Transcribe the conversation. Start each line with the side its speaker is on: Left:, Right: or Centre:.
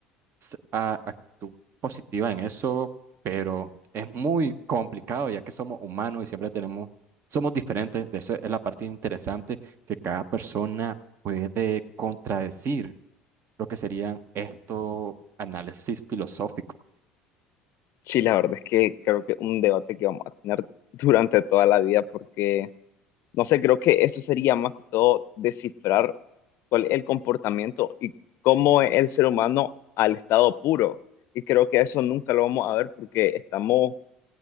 Right: s- a- actitud positiva en eso, pero es muy complicado ya que somos humanos y siempre tenemos, somos diferentes. De eso es la parte interesante que cada persona puede contradecir lo que serían estos análisis filosóficos.
Left: Sí, la verdad es que creo que un debate que vamos a tener <laughs> durante toda la vida porque, no sé, creo que eso sería más que todo descifrar cuál es el comportamiento y cómo es el ser humano al estado puro. Y creo que eso nunca lo vamos a ver porque estamos